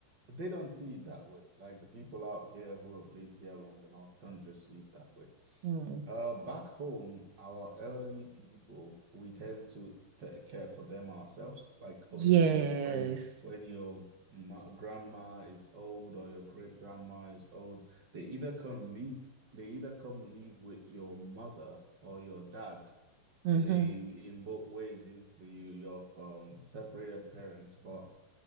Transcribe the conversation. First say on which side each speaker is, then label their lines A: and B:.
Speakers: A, on the right; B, on the right.
A: they don't see it that way. Like the people out here who have lived here long enough don't just see it that way.
B: Mm.
A: Uh, back home, our elderly people, we tend to ta- care for them ourselves. Like
B: Yes.
A: obviously, when when your ma grandma is old or your great grandma is old, they either come live they either come live with your mother or your dad.
B: hmm
A: In in both ways, if you you're from separated parents, but